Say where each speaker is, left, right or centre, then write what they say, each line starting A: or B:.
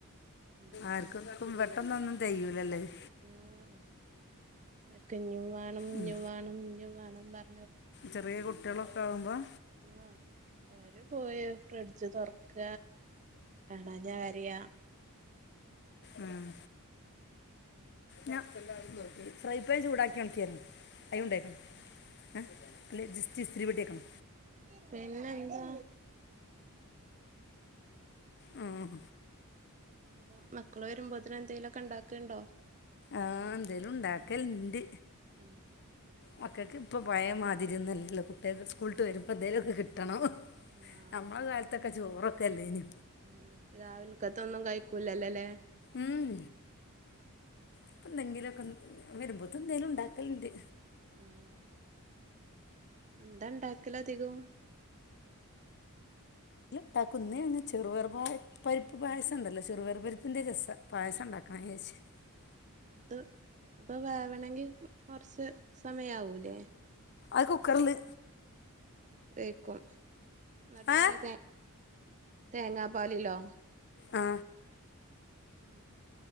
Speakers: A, on the right; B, on the left.
A: ഉം
B: ആർക്കും പെട്ടന്നൊന്നും തെയൂലല്ലേ അത്‌
A: ഉം വർക്ക് ഇനിം വേണം ഇനിം
B: ഉം
A: വേണം ഇനിം വേണം ന്ന് പറ
B: ചെറിയ കുട്ടികളൊക്കെ ആകുമ്പോൾ
A: ആഹ അവര് പോയി ഫ്രിഡ്ജ് തൊറക്ക കാണാ ഞാൻ വരേയ
B: ഉം ഞ ഫ്രൈഡ്രൈ ചൂടാക്കി ണക്കിന് കയ് കൊണ്ടന്നെ അല്ല ജി ഇസ്തിരി പെട്ടിക്കണം
A: പിന്നെന്താ
B: ഉം
A: അപ്പ മക്കള് വരുമ്പോതിന് എന്തെങ്കലുമൊക്കെ ഉണ്ടാക്കുണ്ടോ
B: ആഹ എന്തേലും ഉണ്ടാക്കലണ്ട്
A: ഉം
B: മക്കക്കിപം ഇപ്പോ പഴയ മാതിരി ഒന്നുല്ലല്ലോ കുട്ടികൾക്ക് സ്കൂള് വിട്ട് വരുമ്പോൾ എന്തേങ്കലുലൊക്കെ കിട്ടണം
A: ആഹ്
B: നമ്മള കാലത്തൊക്കെ ചോറൊക്കെല്ലേ അയിന്
A: ഉം രാവിലക്കത്തൊന്നും കഴിക്കൂലല്ലല്ലേ
B: ഉം ഇപ്പ എന്തെങ്കിലൊക്കെ വരുമ്പോതേലും എന്തേലും ഉണ്ടാക്കലിണ്ട്
A: ഉം എന്താ ഉണ്ടാക്കല അധികം.
B: അതി ഉണ്ടാക്കുന്നേ അങ് എല്ലാ ഉണ്ടാക്കും നന്ങ്ങൾചെറുപയർ പരിപ്പ് പായസം ഉണ്ടല്ലോ ചെറുപയർ പരിപ്പി്ന്റെ പായസം രസ ഉണ്ടാക്കും. ക്കച്ച് <unintelligible>
A: അത് ഇപ്പൊ വേവണമെങ്കി കുറച്ച് സമയവൂലേ?
B: അഹ് കുക്കറ്ല്
A: വേക്കും എന്നിട്ടങ്ങനെ
B: ഏഹ്
A: തേങ്ങാപ്പാലല്ലോ
B: ആ
A: ഉം